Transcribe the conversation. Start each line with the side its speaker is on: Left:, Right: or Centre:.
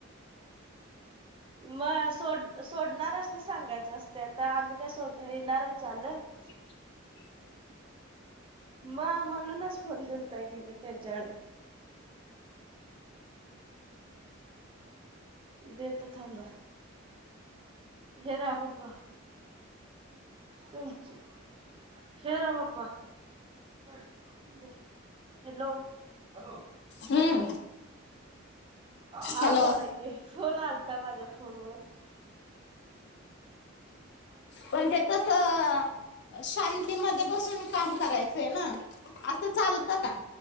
Right: मग सोड सोडणाऱ्यांसनी सांगायचं असते आता. आम्ही काय सोड येणार आहे चालत.
Left: <inaudible>
Right: म म्हणूनच फोन दिलताय की मी त्यांच्याकळ. देतो थांबा. हे रा पप्पा. तुमचे हे रा पप्पा. Hello, hello.
Left: हम्म,
Right: हा
Left: हॅलो
Right: बोला कि, फोन आलता माझ्या फोन वर.
Left: पण ते कसं शांतीमध्ये बसून काम करायचंय ना, असं चालतं का?